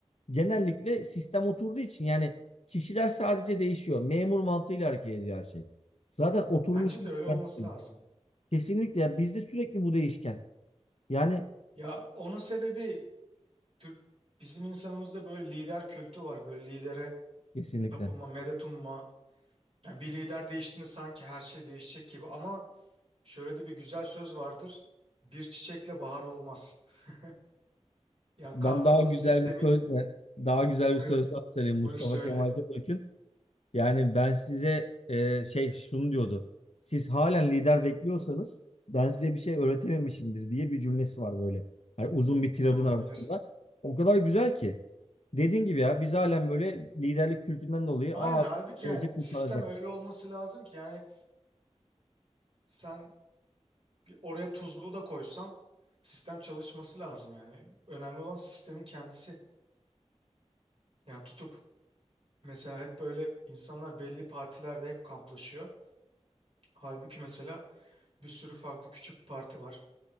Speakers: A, on the left; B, on the right.
A: genellikle sistem oturduğu için yani kişiler sadece değişiyor. Memur mantığıyla hareket ediyor her şey. Zaten oturmuş
B: Bence
A: bir
B: de
A: sistem
B: öyle olması
A: var.
B: lazım.
A: Kesinlikle ya bizde sürekli bu değişken. Yani
B: Ya onun sebebi Türk bizim insanımızda böyle lider kültü var. Böyle lidere
A: kesinlikle.
B: tapınma, medet umma. Yani bir lider değiştiğinde sanki her şey değişecek gibi ama şöyle de bir güzel söz vardır. Bir çiçekle bahar olmaz. <laughs> Yani
A: Ben
B: kadronun,
A: daha güzel
B: sistemin
A: bir söz, daha güzel
B: buyur.
A: bir söz daha söyleyeyim
B: Buyur
A: Mustafa
B: söyle.
A: Kemal Atatürk'ün. Yani ben size e, şey şunu diyordu. Siz halen lider bekliyorsanız ben size bir şey öğretememişimdir diye bir cümlesi var böyle. Yani uzun bir
B: Olabilir.
A: tiradın arasında. O kadar güzel ki. Dediğin gibi ya biz halen böyle liderlik kültüründen dolayı
B: Aynen
A: aa
B: halbuki
A: gelecek
B: yani
A: kurtaracak.
B: sistem öyle olması lazım ki yani sen Oraya tuzluğu da koysan sistem çalışması lazım yani. Önemli olan sistemin kendisi. Yani tutup mesela hep böyle insanlar belli partilerde hep kamplaşıyor. Halbuki mesela bir sürü farklı küçük parti var.